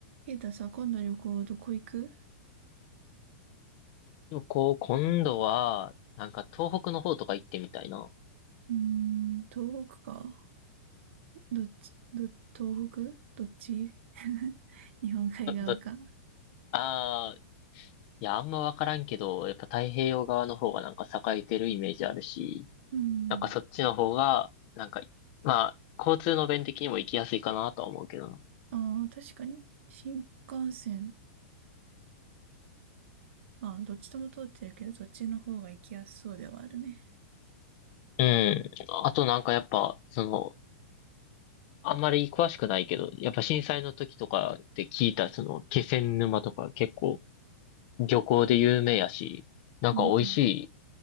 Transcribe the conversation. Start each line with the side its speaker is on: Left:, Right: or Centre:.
Right: ケイタさ、今度旅行どこ行く
Left: でもこう、今度は、なんか東北の方とか行ってみたいな。
Right: うーん、東北かどっち、ど、東北どっち <laughs> 日本海側か。
Left: だ、だ、ああ、いや、あんまわからんけど、やっぱ太平洋側の方がなんか栄えてるイメージあるし、
Right: うん。
Left: なんかそっちの方が、なんか、まあ、交通の便的にも行きやすいかなとは思うけどな。
Right: ああ、確かに、新幹線。まあ、どっちとも通ってるけど、そっちの方が行きやすそうではあるね。
Left: うん。あとなんかやっぱ、その、あんまり詳しくないけど、やっぱ震災の時とかって聞いた、その、気仙沼とか結構漁港で有名やし、なんか美味しい
Right: うん。